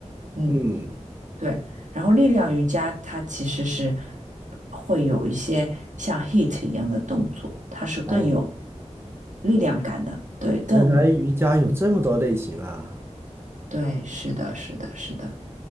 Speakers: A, on the right (about 80°); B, on the right (about 20°).
A: 嗯，
B: 嗯，
A: 对。然后力量瑜伽它其实是会有一些像 HIIT 一样的动作，它是更有
B: 哦，
A: 力量感的。对，更
B: 原来瑜伽有这么多类型啊，
A: 对，是的，是的，是的。